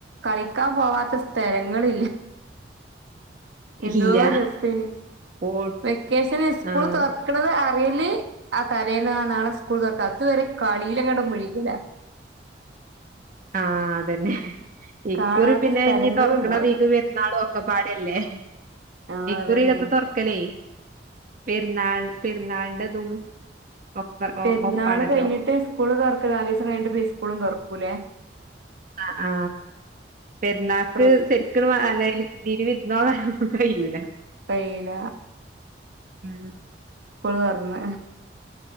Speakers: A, on the right; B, on the right.
A: കളി ക്കാൻ പോവാത്ത സ്ഥലങ്ങളില്ല. എന്തോ
B: ഇല്ല.
A: രസേനി
B: ഓൾ
A: വെക്കേഷന് സ്കൂൾ
B: ആഹ്
A: തൊർക്കണത് അറ്യല് ആ തലേന്ന് ആ നാളെ സ്കൂൾ തൊർക്കാ. അതുവരെ കളീലങ്ങട് മുഴികലാ.
B: ആഹ് അതന്നെ ഇക്കുറി
A: കാണാത്ത
B: പിന്നെ
A: സ്ഥലങ്ങളും
B: ഇഞ്ഞ് തൊർക്ണതീക്ക്
A: ഉണ്ടാവൂല
B: പെരുന്നാളും ഒക്കെ പാടല്ലേ
A: ആഹ്
B: ഇക്കുറികത്തെ
A: അതാണ്
B: തൊർക്കലേ പെരുന്നാൾ പെരുന്നാളിന്റെതും ഒക്കെ
A: പെരുന്നാൾ
B: ഒപ്പാണല്ലോ
A: കഴിഞ്ഞിട്ട് സ്കൂള് തൊർക്കാ. നാലീസം കഴിഞ്ഞിട്ട് ഇപ്പ സ്കൂളും തൊർ ക്കുലേ
B: ആ ആ പെരുന്നാൾക്ക്
A: ഡ്രസ്സ്
B: ശരിക്ക്നും അല്ലയ്ല് തീല് വിര്ന്നോണത് കയ്യൂല
A: കയീല
B: ഉം
A: സ്കൂള് തൊർന്ന്.